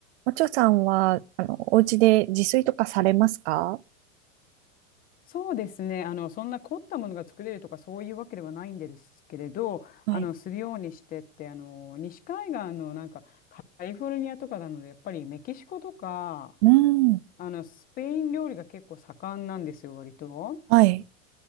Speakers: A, on the right; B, on the left.
A: おちょさんは、あの、お家で自炊とかされますか
B: そうですね。あの、そんな凝ったものが作れるとかそういうわけではないんですけれど、
A: はい。
B: あの、するようにしてって、あの、西海岸のなんかカリフォルニアとかなので、やっぱりメキシコとか、
A: うん。
B: あの、スペイン料理が結構盛んなんですよ、割と。
A: はい。